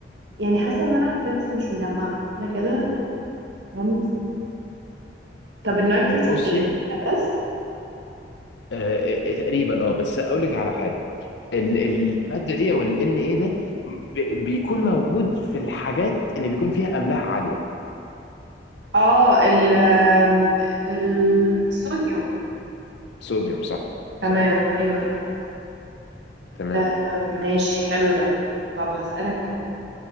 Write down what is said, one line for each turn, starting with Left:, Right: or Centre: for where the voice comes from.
Right: يعني حاسه ان انا عارفاه بس مش مجمعه انا كده رمز طب النيتروجين
Left: بصي
Right: ايه انا بس
Left: آه، آه، تقريبا اه بس اقول لك على حاجه ال- الماده دي او ال ان ايه ده ب- بيكون موجود في الحاجات اللي بيكون فيها املاح عاليه
Right: اه ال آم، الصوديوم
Left: صوديوم صح
Right: تمام
Left: صح
Right: ايوه ايوه أنا فاكرة.
Left: تمام
Right: آم، ماشي حلو ده طب هسألك انا